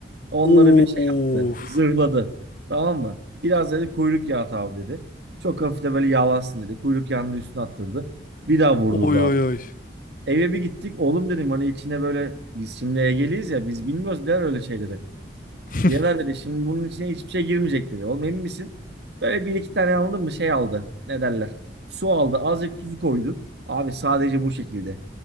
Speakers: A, on the right (about 70°); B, on the left (about 50°).
A: onları
B: Of.
A: bir şey yaptı. Zırhladı. Tamam mı? Biraz dedi kuyruk yağı at abi dedi. Çok hafif de böyle yağlansın dedi. Kuyruk yağını da üstüne attırdı. Bir daha vurdurdu
B: Oy
A: abi.
B: oy oy.
A: Eve bir gittik. Oğlum dedim hani içine böyle biz şimdi Ege'liyiz ya biz bilmiyoruz der öyle şeyleri.
B: <laughs>
A: Birader dedi şimdi bunun içine hiçbir şey girmeyecek dedi. Oğlum emin misin? Böyle bir iki tane aldım mı şey aldı. Ne derler? Su aldı. Azıcık tuzu koydu. Abi sadece bu şekilde.